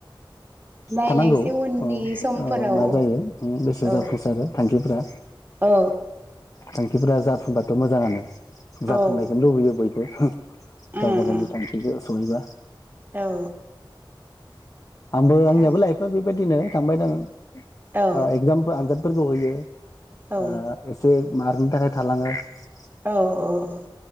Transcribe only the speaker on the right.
नायलायनोसै
उननि
समफोराव
औ
औ
औ
उम
उम
औ
थां
औ
औ
औ औ औ